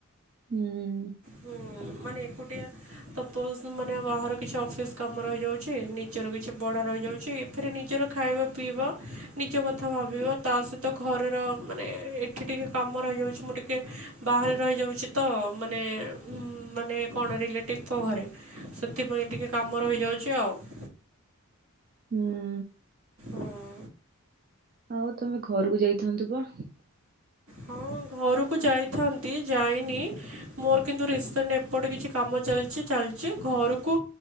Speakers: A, on the right; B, on the right.
A: ହୁଁ।
B: ହୁଁ ମାନେ ଏକୁଟିଆ। ସପୋଜ୍ ମାନେ ବାହାର କିଛି ଅଫିସ କାମ ରହିଯାଉଛି ନିଜର କିଛି ପଢା ରହିଯାଉଛି। ସେଥିରେ ନିଜର ଖାଇବା ପିଇବା ନିଜ କଥା ଭାବିବା ତା ସହିତ ଘରର ମାନେ ଏ ଟିକେ କାମ ରହିଯାଉଛି ମୁଁ ଟିକେ ବାହାରେ ରହିଯାଉଚି ତ ମାନେ ଉଁ ମାନେ କଣ ରିଲେଟିଭଙ୍କ ଘରେ। ସେଥିପାଇଁ ଟିକେ କାମ ରହିଯାଉଛି ଆଉ।
A: ହୁଁ।
B: ହୁଁ
A: ଆଉ ତମ ଘରକୁ ଯାଇଥାନ୍ତୁ ବା।
B: ହଁ ଘରକୁ ଯାଇଥାନ୍ତି ଯାଇନି। ମୋର କିନ୍ତୁ ରେସେଣ୍ଟ ଏପଟେ କିଛି କାମ ଚାଲିଛି ଚାଲିଛି ଘରକୁ